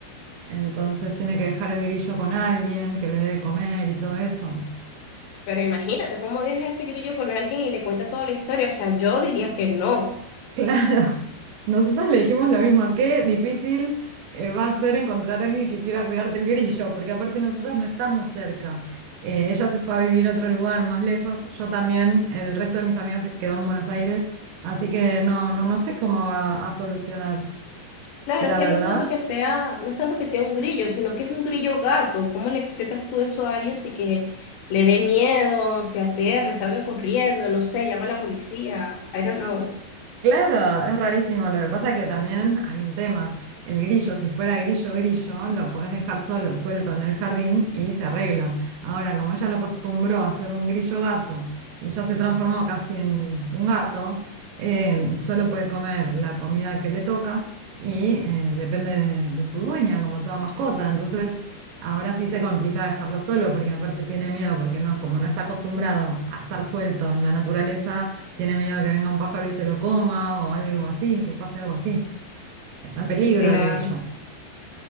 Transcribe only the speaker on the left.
Pero imagínate cómo deja ese grillo con alguien y le cuenta toda la historia. O sea, yo diría que no.
Claro,
es que
no es tanto que sea, no es tanto que sea un grillo, sino que es un grillo gato. ¿Cómo le explicas tú eso a alguien si que le dé miedo, se aterre, salga corriendo, no sé, llama a la policía? I don't know.
Claro.